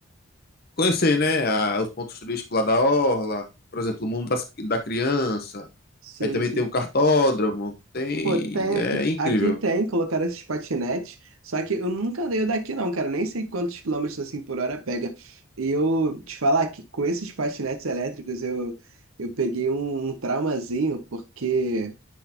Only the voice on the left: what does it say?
conhecer, né? a- os pontos turísticos lá da Orla, por exemplo, o mundo das- da criança.
Aí também
tem o cartódromo. Tem,
é
incrível.